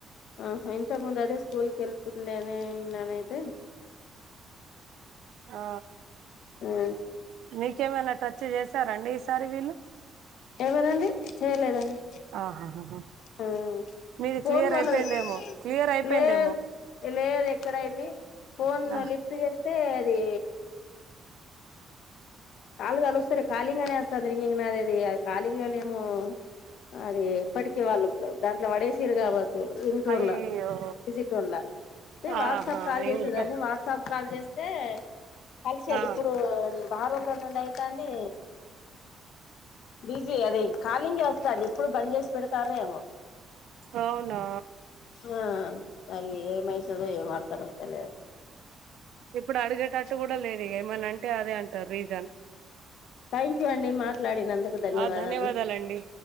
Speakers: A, on the left; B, on the right.
A: ఆహా ఇంత ముంద అదే స్కూల్ కెల్తుందనే ననైతే
B: ఆ
A: ఆ
B: మీకేమైనా టచ్ చేశారండి ఈసారి వీళ్ళు
A: ఎవరండి చేయలేదండి
B: ఆహాహ
A: ఆ
B: మీది
A: ఫోన్
B: క్లియర్
A: వాళ్ళది
B: అయిపోయిందేమో క్లియర్ అయిపోయిందేమో
A: లేదు లేదు ఎక్కడయింది ఫోన్
B: ఆ
A: లిఫ్ట్ చేస్తే అది కాలు కలుస్తలే కాలింగ్ అనే వస్తాంది ఇంక ఇం అదిది అది కాలింగ్ లోనేమో అది ఇప్పటికే వాళ్ళు దాంట్లో పడేసర కావచ్చు రింగ్టోన్లా
B: అయ్యో
A: <unintelligible> విజిట్ల వాట్సాప్
B: ఆహా
A: కాల్ చేసేదాన్ని
B: ఇంకా
A: వాట్సాప్ కాల్ చేస్తే కలిసేది
B: ఆ
A: ఇప్పుడు బారోడ్లో <unintelligible> నుండి అయిత అండి బిజీ అదే కాలింగ్ వస్తాది ఎప్పుడు బంద్ చేసి పెడతారేమో
B: అవునా
A: ఆ మరి ఏమైతదో ఏమో అర్థంమయితలేదు
B: ఇప్పుడు అడిగేటట్టు కూడా లేదు ఇగా ఏమన్నా అంటే అదే అంటారు రీజన్
A: థ్యాంక్ యూ అండి మాట్లాడినందుకు ధన్యవాదములు
B: ఆ ధన్యవాదాలండి